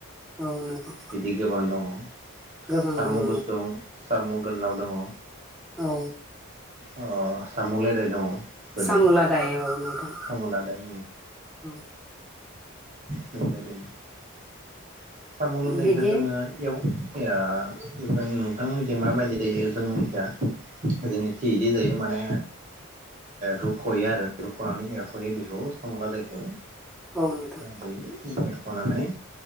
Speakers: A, in the centre; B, on the right.
A: औ नोंथां
B: बिदि गोबां दङ
A: गोबां
B: साम'
A: दङ औ
B: गुसुं सम' गोलनाव दङ। औ
A: औ
B: अ साम'लेदाय दङ। गोदोर
A: सामुलादाय औ नोंथां
B: साम' लादाय
A: औ।
B: <unintelligible> सामुलादायखौ
A: बिदि
B: जोङो एव या जों नोंथांमोनथिं माबायदि जायो जोंमिथिया जोंनिथि इदि जायो माने रुख'यो आरो रुख'नानै एरख'यो बेखौ साम'लादायखौ।
A: औ नोंथां
B: <unintelligible> हुखनानै